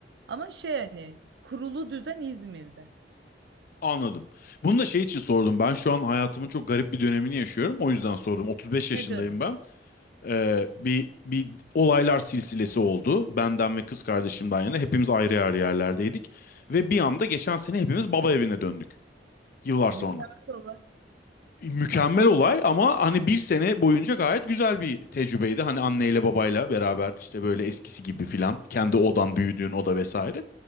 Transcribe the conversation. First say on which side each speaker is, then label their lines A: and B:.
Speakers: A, on the right; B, on the left.
A: Ama şey hani kurulu düzen İzmir'de.
B: Anladım. Bunu da şey için sordum. Ben şu an hayatımın çok garip bir dönemini yaşıyorum. O yüzden sordum. 35 yaşındayım
A: Ne dönemi?
B: ben. Ee, bir, bir olaylar silsilesi oldu. Benden ve kız kardeşimden yana hepimiz ayrı ayrı yerlerdeydik. Ve bir anda geçen sene hepimiz baba evine döndük. Yıllar
A: Mükemmel
B: sonra.
A: olay.
B: Mükemmel olay ama hani bir sene boyunca gayet güzel bir tecrübeydi. Hani anneyle babayla beraber işte böyle eskisi gibi filan kendi odan büyüdüğün oda vesaire.